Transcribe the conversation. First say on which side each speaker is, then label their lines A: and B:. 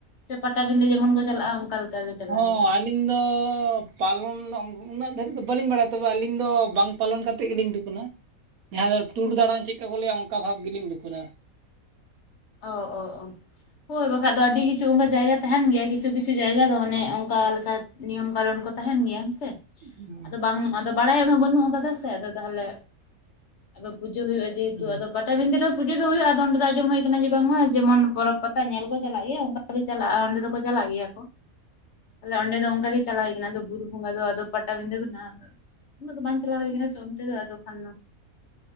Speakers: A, on the left; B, on the right.
A: ᱥᱮ ᱯᱟᱴᱟᱵᱤᱸᱫᱟᱹ ᱡᱮᱢᱚᱱ ᱠᱚ ᱪᱟᱞᱟᱜᱼᱟ᱾ ᱞᱮᱠᱟ ᱜᱮ ᱪᱟᱞᱟᱜ
B: ᱦᱮᱸ
A: ᱦᱩᱭᱩᱜᱼᱟ
B: ᱟᱹᱞᱤᱧ ᱫᱚ ᱯᱟᱞᱚᱱ ᱞᱚᱝ ᱩᱱᱟᱹᱜ ᱫᱷᱟᱹᱨᱤᱡ ᱫᱚ ᱵᱟᱹᱞᱤᱧ ᱵᱟᱲᱟᱭᱟ ᱛᱚᱵᱮ ᱟᱹᱞᱤᱧ ᱫᱚ ᱵᱟᱝ ᱯᱟᱞᱚᱱ ᱠᱟᱛᱮᱫ ᱜᱮᱞᱤᱧ ᱫᱩᱠᱠᱟᱹᱱᱟ ᱡᱟᱦᱟᱸ ᱫᱚ ᱴᱩᱨ ᱫᱟᱬᱟᱱ ᱪᱮᱫᱠᱟ ᱠᱚ ᱞᱟᱹᱭᱟ ᱚᱱᱠᱟ ᱵᱷᱟᱵᱽ ᱜᱮᱞᱤᱧ ᱫᱩᱠᱟᱹᱨᱟ
A: ᱚ ᱚ ᱚ ᱦᱳᱭ ᱵᱟᱠᱷᱟᱡ ᱫᱚ ᱟᱹᱰᱤ ᱠᱤᱪᱷᱩ ᱚᱱᱠᱟ ᱡᱟᱭᱜᱟ ᱛᱟᱦᱮᱱ ᱜᱮᱭᱟ ᱠᱤᱪᱷᱩ ᱠᱤᱪᱷᱩ ᱡᱟᱭᱜᱟ ᱫᱚ ᱚᱱᱮ ᱚᱱᱠᱟ ᱞᱮᱠᱟ ᱱᱤᱭᱚᱢ ᱠᱟᱨᱚᱱ ᱠᱚ ᱛᱟᱦᱮᱱ ᱜᱮᱭᱟ ᱦᱮᱸ ᱥᱮ
B: ᱦᱩᱸ
A: ᱟᱫᱚ ᱵᱟᱝ ᱟᱫᱚ ᱵᱟᱲᱟᱭ ᱩᱱᱟᱹᱜ ᱵᱟᱹᱱᱩᱜ ᱠᱟᱫᱟ ᱥᱮ ᱟᱫᱚ ᱛᱟᱦᱚᱞᱮ ᱟᱫᱚ ᱯᱩᱡᱟᱹᱳ ᱦᱩᱭᱩᱜᱼᱟ ᱡᱮᱦᱮᱛᱩ
B: ᱦᱩᱸ
A: ᱟᱫᱚ ᱯᱟᱴᱟᱵᱤᱱᱫᱟᱹ ᱨᱮᱦᱚ ᱯᱩᱡᱟᱹ ᱫᱚ ᱦᱩᱭᱩᱜᱼᱟ ᱟᱫᱚ ᱚᱸᱰᱮ ᱫᱚ ᱟᱸᱡᱚᱢ ᱦᱩᱭ ᱠᱟᱱᱟ ᱡᱮ ᱵᱟᱝ ᱢᱟ ᱡᱮᱢᱚᱱ ᱯᱚᱨᱚᱵᱽ ᱯᱟᱛᱟ ᱧᱮᱞ ᱠᱚ ᱪᱟᱞᱟᱜ ᱜᱮᱭᱟ ᱚᱱᱠᱟ ᱜᱮ ᱪᱟᱞᱟᱜᱼᱟ ᱚᱸᱰᱮ ᱫᱚᱠᱚ ᱪᱟᱞᱟᱜ ᱜᱮᱭᱟ ᱠᱚ ᱛᱟᱦᱚᱞᱮ ᱚᱱᱰᱮ ᱫᱚ ᱚᱝᱠᱟ ᱜᱮ ᱪᱟᱞᱟᱣ ᱦᱩᱭ ᱠᱟᱱᱟ ᱫᱚ ᱵᱩᱨᱩ ᱵᱚᱝᱜᱟ ᱫᱚ ᱟᱫᱚ ᱯᱟᱴᱟᱵᱤᱸᱴᱟᱹ ᱫᱚ ᱦᱟᱜ ᱩᱱᱟᱜ ᱫᱚ ᱵᱟᱝ ᱪᱟᱞᱟᱣ ᱦᱩᱭ ᱠᱟᱱᱟ ᱥᱮ ᱚᱱᱛᱮ ᱫᱚ ᱟᱫᱚ ᱠᱷᱟᱱ ᱫᱚ